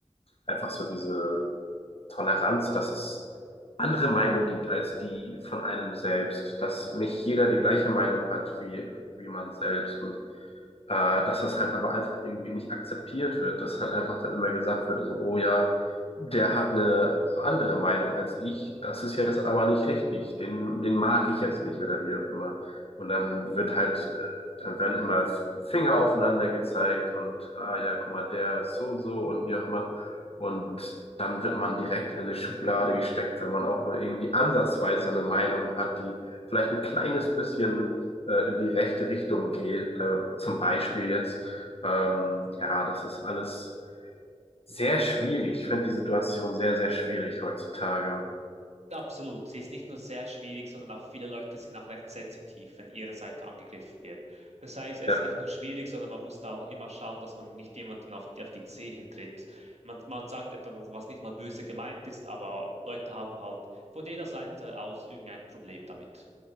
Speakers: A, on the left (about 60°); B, on the right (about 75°).
A: einfach so diese Toleranz, dass es andere Meinungen gibt als die von einem selbst, dass nicht jeder die gleiche Meinung hat wie, wie man selbst und äh, dass das halt aber einfach irgendwie nicht akzeptiert wird, dass halt einfach dann immer gesagt wird, so, oh ja, der hat eine andere Meinung als ich, das ist jetzt aber nicht richtig, den, den mag ich jetzt nicht oder wie auch immer. Und dann wird halt, äh, dann werden immer Finger aufeinander gezeigt und, ah ja, guck mal, der ist so und so und wie auch immer. Und dann wird man direkt in eine Schublade gesteckt, wenn man auch nur irgendwie ansatzweise eine Meinung hat, die vielleicht ein kleines bisschen äh, in die rechte Richtung geht. Äh, zum Beispiel jetzt, ähm, ja, das ist alles sehr schwierig. Ich finde die Situation sehr, sehr schwierig heutzutage.
B: Absolut. Sie ist nicht nur sehr schwierig, sondern auch viele Leute sind auch recht sensitiv, wenn ihre Seite angegriffen wird. Das heißt, es
A: Ja.
B: ist nicht nur schwierig, sondern man muss da auch immer schauen, dass man nicht jemanden auf die, auf die Zehen tritt. Man, man sagt etwas, was nicht mal böse gemeint ist, aber Leute haben halt von jeder Seite aus irgendein Problem damit.